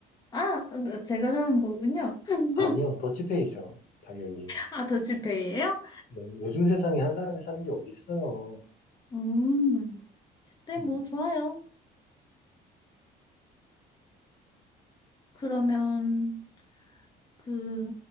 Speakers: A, on the left (about 25°); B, on the left (about 55°).
A: 아, 네, 제가 사는 거군요. <laughs>
B: 아니요, 더치페이죠. 당연히.
A: 아, 더치페이예요?
B: 네. 요즘 세상에 한 사람이 사는 게 어디 있어요?
A: 음, 네,
B: 음.
A: 뭐, 좋아요. 그러면, 그,